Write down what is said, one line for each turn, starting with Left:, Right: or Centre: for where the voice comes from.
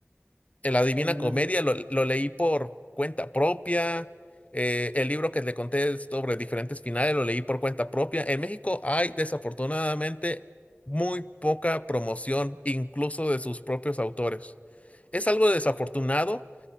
Left: el Adivina
Right: Hay una-
Left: Comedia, lo,
Right: sí.
Left: lo leí por cuenta propia. Eh, el libro que le conté sobre diferentes finales, lo leí por cuenta propia. En México hay desafortunadamente muy poca promoción, incluso de sus propios autores. Es algo desafortunado